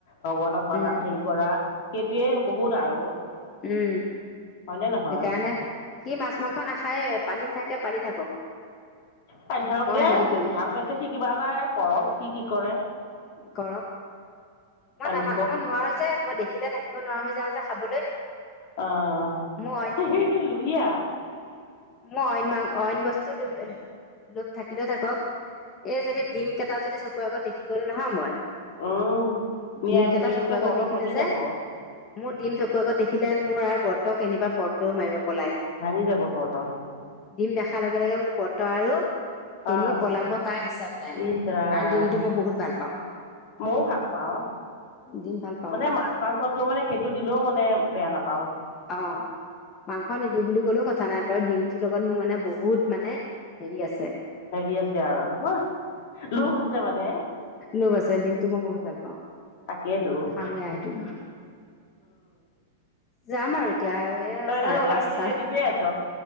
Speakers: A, on the left; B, on the left.
A: ভগৱানক পালা
B: উম
A: হেৰি কৰা, সেইটোৱে বহুত আৰু।
B: উম
A: হয়নে নহয়?
B: সেইকাৰণে সি মাছ-মাংস নাখায়ে, পালি থাকে পালি থাকো।
A: পালি থাকক দেই,
B: হেৰি কৰিম
A: ভাল পাইছে সি কিবা এটা কৰক সি। কি কৰে।
B: কৰক, মই-নামা
A: পালি থাকক
B: মই নোৱাৰো যে মই দেখিলে থাকিব নোৱাৰা হয় যা-যা খাবলৈ।
A: আহ
B: মোৰ
A: <unintelligible> লোহিয়া।
B: মই অইন মাং অইন বস্তু <unintelligible> লোভ থাকিলে থাকক, এই যদি ডিম কেইটা যদি চকু চকুৰ আগত দেখি গলো নহয় মই
A: উম নিয়াই
B: ডিম কেইটা
A: হেৰি
B: চকুৰ
A: মানে
B: আগত
A: ব্ৰত
B: দেখিলে
A: ভাঙি
B: যে
A: যাব
B: মোৰ ডিম কুৰ আগত দেখিলে মোৰ আৰু বৰ্তক কেনিবা <unintelligible> মাৰিব। পলাই
A: ভঙি যাব বৰ্ত।
B: ডিম দেখাৰ লগে লগে মোৰ বৰ্ত আৰু কেনি
A: আহ
B: পলাব তাৰ হিচাপ নাই
A: ইচলাম
B: কাৰণ ডিমটো মই বহুত ভাল পাওঁ
A: মইও ভাল পাওঁ।
B: ডিম ভাল পাওঁ
A: মানে
B: মই
A: মাছ, মাংসটো মানে সেইটো দিলেও মই বেয়া বেয়া নাপাও
B: অ, মাংস নিদিওঁ বুলি কোননেও কথা নাই বাৰু, দিম টো লগত মোৰ মানে বহুত মানে হেৰি আছে।
A: হেৰি আছে আৰু হ লোভ আছে মানে
B: লোভ আছে। এ দিন মই বহুত ভাল পাওঁ,
A: তাকেইতো উম
B: খামে আৰু সেইটো। যাম আৰু এতিয়া এইয়া
A: তই
B: চাৰে
A: তাৰমানে ওলাই
B: পাঁচটা।
A: মেলি ৰেডি হৈয়ে আছ